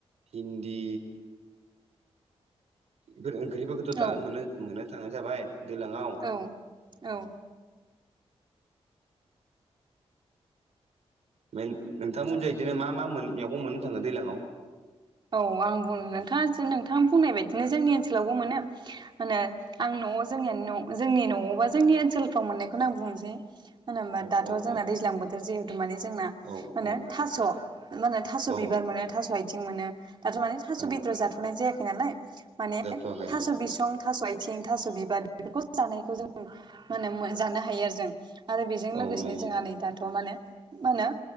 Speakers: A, on the right; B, on the right.
A: भिन्दि इफोर ओंख्रिफोरखोथ' दा
B: औ
A: मोननो-मोननो थांनाय जाबाय दैलाङाव
B: औ औ
A: मेन नोंथांमोनजा इदिनो मा मा मोन मेगं मोननो थाङो दैलाङाव
B: औ आं बुं नोंथाङा जों नोंथाङा बुंनाय बायदिनो जोंनि ओनसोलावबो मोनो माहोनो आं न'आव जोंनिया न' जोंनि न'आव बा जोंनि ओनसोलफ्राव मोननायखौनो आं बुंनोसै होन होमबा
A: औ
B: दाथ'
A: औ
B: जोंना
A: औ
B: दैज्लां बोथोर जिहेथु माने जोंना
A: औ
B: माहोनो थास' माहोनो थास'
A: औ
B: बिबार मोनो थास' आइथिं मोनो दाथ' माने थास'
A: औ
B: बेदर जाथ'नाय जायाखै नालाय माने
A: जाथ'वाखै
B: थास'
A: ओं
B: बिसं थास' आइथिं थास' बिबार बेफोरखौ जानायखौ जों माहोनो जानो हायो आरो जों आरो बेजों
A: औ
B: लोगोसेनो
A: नंगौ
B: जोंहा नै दाथ' माने मा होनो